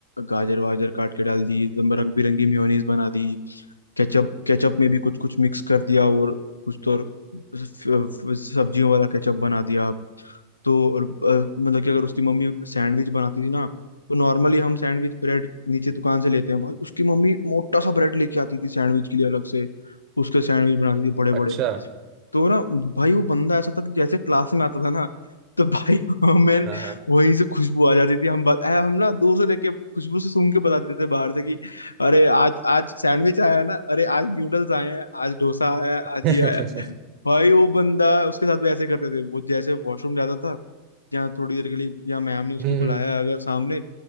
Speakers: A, on the left (about 80°); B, on the right (about 40°).
A: गाजर वाजर काट के डाल दी एकदम रंग बिरंगी मेयोनीज बना दी केचप केचप में भी कुछ कुछ मिक्स कर दिया और कुछ तो और फ- फ- सब्जियों वाला केचप बना दिया तो और अ, मतलब कि अगर उसकी मम्मी सैंडविच बनाती थी ना तो नॉर्मली हम सैंडविच ब्रेड नीचे दुकान से लेते हैं भाई उसकी मम्मी मोटा सा ब्रेड लेके आती थी सैंडविच के लिए अलग से उसके सैंडविच बनाती थी बड़े
B: अच्छा
A: बड़े तो ना भाई वो बंदा ऐसा था कि जैसे क्लास में आता था ना तो भाई <laughs> हमें
B: हाँ हाँ
A: वहीं से खुशबू आ जाती थी हम बत, ऐ, हम ना दूर से देख के खुशबू से सूंघ के बता देते थे बाहर से कि अरे आज आज सैंडविच आया है ना अरे आज न्यूडल्स आए हैं आज डोसा आया है
B: <laughs>
A: आज ये आया है। भाई वो बंदा उसके साथ भी ऐसे करते थे वो जैसे वॉशरूम जाता था या थोड़ी देर के लिए या मैम ने उसको
B: हम्म
A: बुलाया अगर सामने